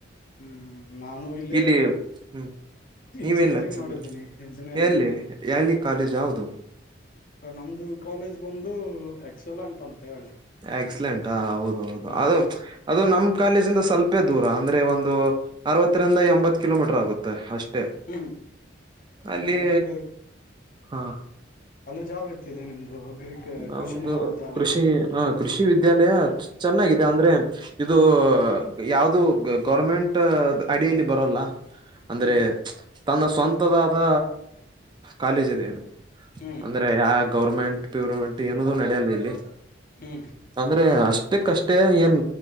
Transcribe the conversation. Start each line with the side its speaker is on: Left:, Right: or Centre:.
Left: ಹ್ಮ್ ನಾನು ಇಲ್ಲೇ
Right: ಇಲ್ಲಿ ಹ್ಮ್ ನೀವೇನ್
Left: ಇಂಜಿನಿಯರಿಂಗ್
Right: ಹಚ್ಚಿದ್ರು
Left: ಮಾಡಿದ್ದೀನಿ ಇಂಜಿನಿಯರಿಂಗ್
Right: ಎಲ್ಲಿ ಎಲ್ಲಿ ಕಾಲೇಜ್ ಯಾವುದು
Left: ನಮ್ದು ಕಾಲೇಜ್ ಬಂದು ಎಕ್ಸಲ್ಂಟ್ ಅಂತ ಹೇಳಿ
Right: ಆಕ್ಸಲೆಂಟ್ ಆ ಹೌದ ಹೌದು
Left: ಹ್ಮ್
Right: ಅದು ಅದು ನಮ್ ಕಾಲೇಜಿಂದ ಸ್ವಲ್ಪೇ ದೂರ ಅಂದ್ರೆ ಒಂದು ಅರವತ್ತರಿಂದ ಎಂಬತ್ ಕಿಲೋಮೀಟರ್ ಆಗುತ್ತೆ ಅಷ್ಟೆ
Left: ಹ್ಮ್
Right: ಅಲ್ಲಿ
Left: ನಮ್ದು
Right: ಹಾ
Left: ವ್ ಇತ <unintelligible> ನಿಮ್ದು ಅಗ್ರಿ
Right: ನಮ್ದು
Left: ಕೃಷಿ ಮಹಾವಿದ್ಯಾಲಯ
Right: ಕೃಷಿ ಹ ಕೃಷಿ ವಿದ್ಯಾಲಯ ಚೆನ್ನಾಗಿದೆ ಅಂದ್ರೆ ಇದು
Left: ಹ್ಮ್
Right: ಯಾವ್ದು ಗೌರ್ಮೆಂಟ್ ಅಡಿಯಲ್ಲಿ ಬರೋಲ್ಲ ಅಂದ್ರೆ
Left: ಹ್ಮ್
Right: ತನ್ನ ಸ್ವಂತದ ಕಾಲೇಜ್ ಇದೆಡು
Left: ಹ್ಮ್
Right: ಅಂದ್ರೆ ಯ ಗೌರ್ಮೆಂಟ್ ಏನ ನಡಲ್ಲ ಇಲ್ಲಿ
Left: ಹ್ಮ್
Right: ಅಂದ್ರೆ ಅಷ್ಟ ಅಷ್ಟೇ ಏನ್